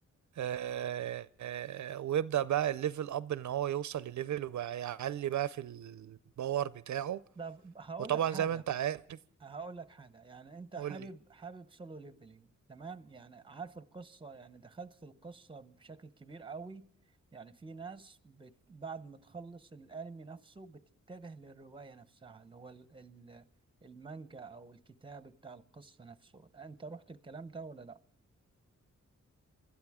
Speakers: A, on the right; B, on the right.
A: آه آه ويبدأ بقى الليفل اب ان هو يوصل لليفل وبقى يعلي بقى في الباور بتاعه
B: طب هقول
A: وطبعا
B: لك حاجة
A: زي ما انت عارف
B: هقول لك حاجة يعني انت
A: قول
B: حابب
A: لي
B: حابب سولو ليفلينج تمام يعني عارف القصة يعني دخلت في القصة بشكل كبير قوي يعني في ناس بت... بعد ما تخلص الانمي نفسه بتتجه للرواية نفسها اللي هو ال... ال... المانجا او الكتاب بتاع القصة نفسه انت رحت الكلام ده ولا لا